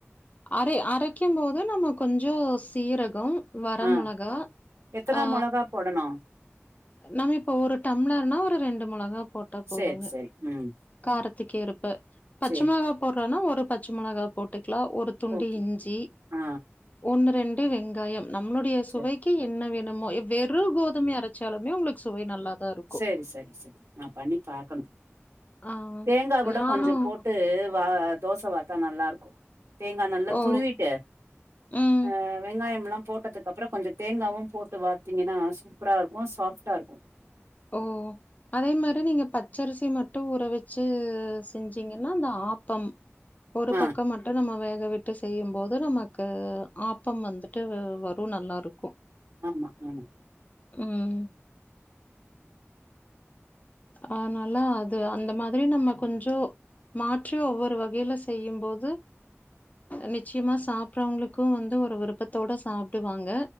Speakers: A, on the left; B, on the right.
A: அரை அரைக்கும் போது நம்ம கொஞ்சோ சீரகம் வர
B: ஆ
A: மொளகா
B: எத்தன
A: அ
B: மொளகா போடணு
A: நம்ம இப்ப ஒரு டம்ளர்னா ஒரு ரெண்டு மொளகா போட்டா போதுங்க
B: சேரி சேரி ம்
A: காரத்துக்கு ஏர்ப்ப பச்ச
B: சேரி
A: மொளகா போடுறன்னா ஒரு பச்ச மொளகா போட்டுக்கலா ஒரு துண்டு
B: ஓகே
A: இஞ்சி
B: ஆ
A: ஒன்னு ரெண்டு வெங்காயம் நம்மளுடைய சுவை
B: சேரி
A: க்கி என்ன வேணுமோ வெறு கோதுமை அரைச்சாலுமே உங்களுக்கு சுவை நல்லா தான் இருக்கும்.
B: சேரி சரி சரி நா பண்ணி பாக்கனு
A: ஆ.
B: தேங்கா கூட
A: நானும்
B: கொஞ்சப் போட்டு வா தோச வாத்தா நல்லா இருக்கு தேங்கா நல்லா
A: ஓ!
B: துருவிட்டு
A: ம்.
B: அ வெங்காயம்லா போட்டதுக் க்கப்றோ கொஞ்ச தேங்காவு போட்டு வாத்திங்கன்னா சூப்பரா இருக்கு சாஃப்ட்டா இருக்கு
A: ஓ! அதே மாறி நீங்க பச்சரிசி மட்டு உற வெச்சு செஞ்சீங்கன்னா அந்த ஆப்பம் ஒரு
B: ஆ
A: பக்கம் மட்டும் நம்ம வேக விட்டு செய்யும் போது நம க்கு ஆப்பம் வந்துட்டு வரு நல்லாருக்கு
B: ஆமா ஆமா
A: ம் அதனால அது அந்த மாதிரி நம்ம கொஞ்சோ மாற்றி ஒவ்வொரு வகையில செய்யும் போது நிச்சயமா சாப்பறவங்களுக்கு வந்து ஒரு விருப்பத்தோட சாப்டுவாங்க